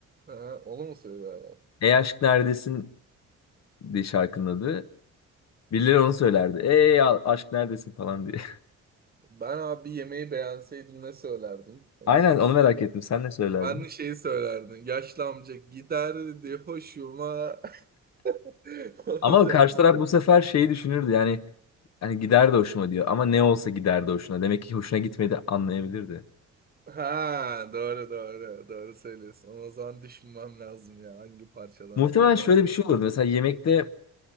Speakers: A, on the right (about 30°); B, on the left (about 60°).
A: Ha, onu mu söylerler?
B: Ey aşk neredesin diye şarkının adı. Birileri onu söylerdi. Ey a- aşk neredesin falan diye.
A: Ben abi yemeği beğenseydim ne söylerdim?
B: <laughs>
A: Onu
B: Aynen
A: söyle.
B: onu merak ettim. Sen ne söylerdin?
A: Ben de şeyi söylerdim. Yaşlı amca giderdi hoşuma. <laughs> Onu
B: Ama
A: söylerdim.
B: karşı taraf bu sefer şeyi düşünürdü yani hani gider de hoşuma diyor ama ne olsa gider de hoşuna. Demek ki hoşuna gitmedi anlayabilirdi.
A: Ha doğru doğru doğru söylüyorsun. Ama O zaman düşünmem lazım ya hangi parçadan
B: Muhtemelen
A: söylüyorum.
B: şöyle bir şey olurdu. Mesela yemekte